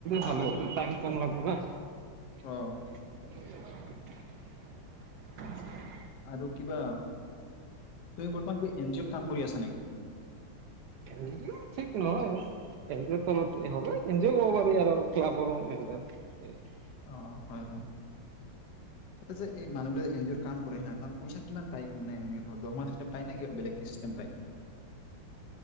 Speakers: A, on the right (about 75°); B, on the left (about 65°).
A: হালো
B: আৰু
A: টাইম কম লাগল না <unintelligible>
B: অ'
A: <inaudible>
B: আৰু কিবা তুমি বৰ্তমান কিবা এন জি অ'ত কাম কৰি আছা নেকি?
A: এন জি অ ঠিক নহয়। এণ জি অ ৰ তলতে হয়। <unintelligible> এন জি অ কব পাৰি আৰু ক্লাবৰ মেম্বাৰ <unintelligible>
B: অ' হয়, হয়। ত যে <unintelligible> এই মনুহবিলক এ্ন জি অৰ <unintelligible> কাম কৰে হা তাত পইচা কিমান পায়? কি মানে এনে দৰমহা চিষ্টেম পায় নে কিবা বেলেগ চিষ্টেম পায়?